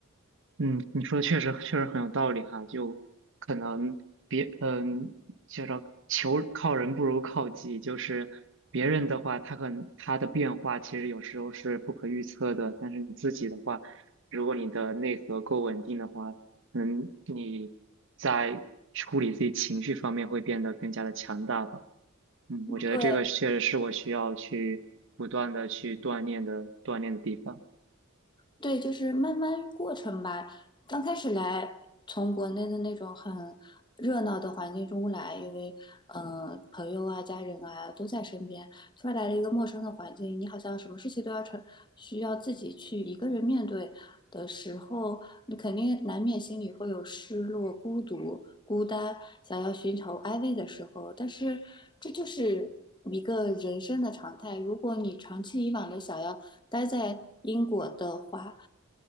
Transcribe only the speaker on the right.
嗯，你说的确实确实很有道理哈，就可能别嗯，就是求靠人不如靠己，就是别人的话，他可能他的变化其实有时候是不可预测的，但是你自己的话，如果你的内核够稳定的话，嗯，你在处理自己情绪方面会变得更加的强大吧。嗯，我觉得这个确实是我需要去不断的去锻炼的锻炼的地方。